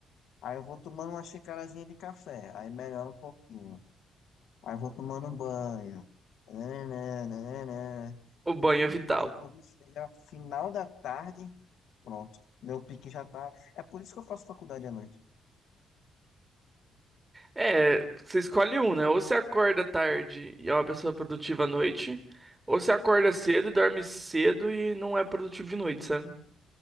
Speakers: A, on the left; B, on the right.
A: aí eu vou tomando uma xicarazinha de café, aí melhora um pouquinho. Aí eu vou tomando um banho. Nananana.
B: O banho é vital.
A: Aí quando chega final da tarde, pronto. Meu pique já tá. É por isso que eu faço faculdade à noite.
B: É, você escolhe um, né? Ou você acorda tarde e é uma pessoa produtiva à noite, ou você acorda
A: Sim,
B: cedo e dorme cedo e não é produtivo de noite, sabe?